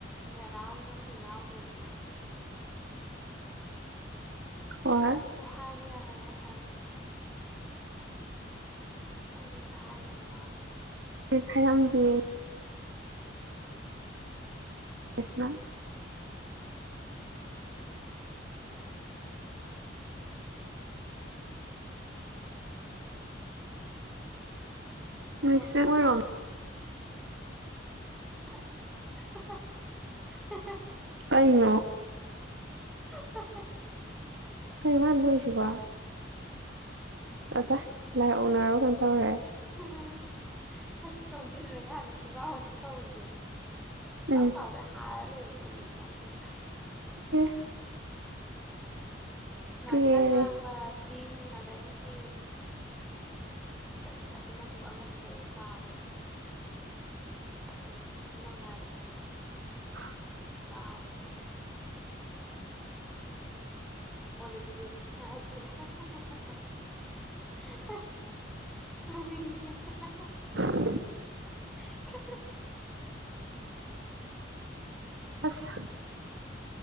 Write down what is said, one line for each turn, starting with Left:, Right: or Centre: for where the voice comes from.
Centre: ꯃꯦꯗꯥꯍꯣꯏꯁꯨ ꯑꯝꯇꯥ ꯌꯥꯎꯗꯦꯗꯅ
Right: ꯍꯣꯏ
Centre: ꯃꯣꯏ ꯖꯨ ꯍꯥꯏ ꯍꯥꯏꯒꯁꯥꯏꯒꯤ ꯇ <unintelligible> ꯃꯣꯏꯁꯨ ꯑꯝꯇ ꯍꯥꯏꯗꯕ ꯃꯥꯜꯂꯦ
Right: ꯍꯥꯏꯔꯝꯗꯦ ꯀꯁꯃ <unintelligible>
Centre: ꯑꯗꯣ
Right: ꯃꯤꯁ ꯃꯣꯏꯔꯣꯝ
Centre: ꯃꯖꯨꯝꯒꯤ ꯍꯥ ꯍꯥ ꯍꯥ ꯍꯥ ꯍꯥ
Right: ꯀꯩꯅꯣ
Centre: ꯍꯥ ꯍꯥ
Right: ꯀꯩꯅꯣ ꯃꯥꯅꯥ ꯅꯣꯛꯏꯁꯤꯕꯣ ꯑꯆꯥ ꯂꯥꯏ ꯑꯣꯛꯅꯔꯕ ꯀꯩꯅꯣꯇꯧꯔꯦ
Centre: ꯅꯠꯇꯦ ꯍꯧꯖꯤꯛ ꯇꯣꯡꯁꯤꯟ ꯃꯌꯥꯗ ꯈꯪꯒꯥꯎ ꯑꯅꯤ ꯐꯧꯔꯤꯁꯦ ꯆꯥꯎ
Right: ꯎꯝ
Centre: ꯆꯥꯎꯒꯩ ꯍꯥꯏꯔ ꯂꯩꯕꯖꯦ ꯗꯨꯒ ꯅꯣꯛꯅꯤꯛꯉꯛ
Right: ꯑꯦ
Centre: ꯉꯥꯡꯁꯪ
Right: ꯄꯦꯔꯦ
Centre: ꯉꯥꯡꯕ ꯄꯤꯡ ꯑꯗꯒꯤꯗꯤ ꯀ ꯀꯥꯁꯤꯃꯁ <unintelligible> ꯇꯨ ꯑꯃꯁꯦ ꯀꯔꯤ ꯀꯥꯎꯈ꯭ꯔꯦ ꯀꯔꯤ ꯅꯝ ꯍꯥꯏꯕꯅꯤꯅꯦ
Right: <inaudible>
Centre: ꯀꯥꯎꯒꯔꯦ ꯑꯣꯂꯤꯚ ꯒ꯭ꯔꯤꯟ <unintelligible> <unintelligible> ꯅꯣꯛꯅꯤꯡ ꯑꯦ ꯍꯦ ꯍ ꯍꯦ
Right: ꯎ <inaudible>
Centre: ꯍꯤ ꯍꯤꯛ
Right: ꯑꯆꯥ